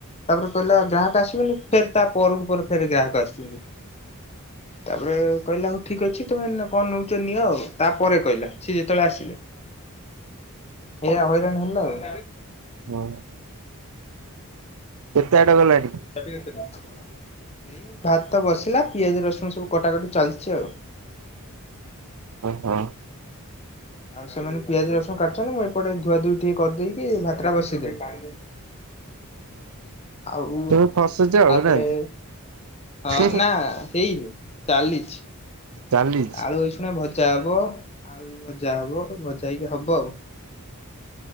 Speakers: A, on the left; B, on the right.
A: ତାପରେ କହିଲା ଗ୍ରାହକ ଆସିବେନି ଫେର୍ ତା ପରକୁ ପରେ ଫେର୍ ଗ୍ରାହକ ଆସୁଛନ୍ତି। ତାପରେ କହିଲା ହଉ ଠିକ୍ ଅଛି ତମେ ନେ କଣ ନଉଛ ନିଅ ଆଉ ତାପରେ କହିଲା ସିଏ ଯେତେବେଳେ ଆସିଲେ। ଏଇଆ ହଇରାଣ ହେଲା ଆଉ।
B: ହଁ। କେତେ ଆଡେ ଗଲାଣିି।
A: ଏଇ ଭାତ ବସିଲା, ପିଆଜ ରସୁଣ ସବୁ କଟାକଟି ଚାଲିଛି ଆଉ।
B: ଓହୋ।
A: ହ ଆଉ ସେମାନେ ପିଆଜ ରଶୁଣ କାଟୁଛନ୍ତି। ମୁଁ ଏପଟେ ଧୁଆଧୁଇ ଟିକିଏ କରିଦେଇକି ଭାତଟା ବସେଇଦେବି। ଆଉ
B: ତମେ ଫସୁଛ ଆଉ
A: ଆପରେ
B: ନା
A: ହଁ,
B: କି
A: ନା ହେଇନି। ଚାଲିଛି,
B: ଚାଲିଛି।
A: ଆଳୁ ଏଇଖୁଣା ଭଜା ହବ, ଆଳୁ ଭଜା ହବ। ଭଜା ହେଇକି ହବ ଆଉ।